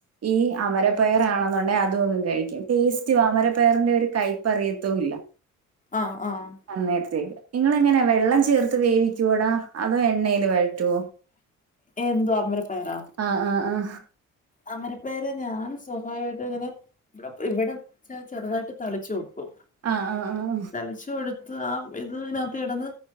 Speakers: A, on the right (about 55°); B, on the left (about 25°).
A: ഈ അമര പയറ ആണെന്നുണ്ടെ അതും എന്നും കഴിക്കും ടേസ്റ്റും അമരപ്പയറിന്റെ ഒരു കൈ പറയത്തോ ഇല്ല
B: ആഹ് ആഹ്
A: അന്നേരത്തേക്ക് നിങ്ങള് എങ്ങനെയാ വെള്ളം ചേർത്ത് വേവിക്കു വൊടാ അതോ എണ്ണല് വഴറ്റുവോ
B: എന്തുവ അമര പയറാ
A: ആഹ് ആഹ്
B: അമര പയറ് ഞാൻ സ്വഭാവികമായിട്ട് ഇങ്ങനെ ഇവിടെ ഇവിടെ ചെറുതായിട്ട് തളിച്ചു കൊടുക്കും
A: ആഹ് ആഹ് ആഹ്
B: തളിച്ചു കൊടുത്ത് ആഹ് ഇത് ഇതിനകത്ത് കിടന്ന്